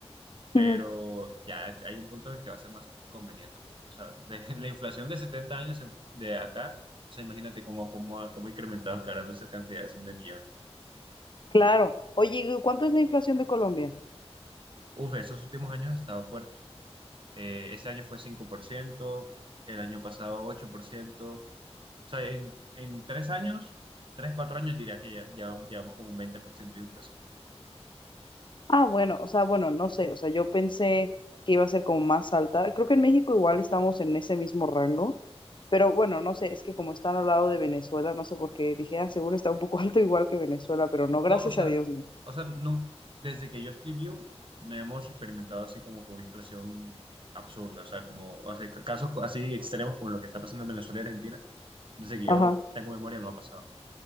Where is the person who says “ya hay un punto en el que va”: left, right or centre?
Right